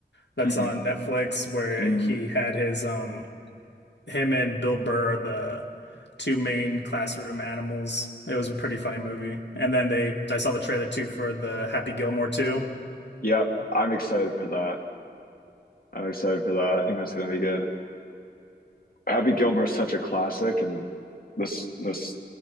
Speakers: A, on the left (about 75°); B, on the left (about 55°).
A: that's
B: Mhm.
A: on Netflix where
B: Mm,
A: he had his um him and Bill Burr are the two main classroom animals. It was a pretty funny movie. And then they I saw the trailer too for the Happy Gilmore 2.
B: yep, I'm excited for that. I'm excited for that. I think that's gonna be good. Happy Gilmore is such a classic, and this this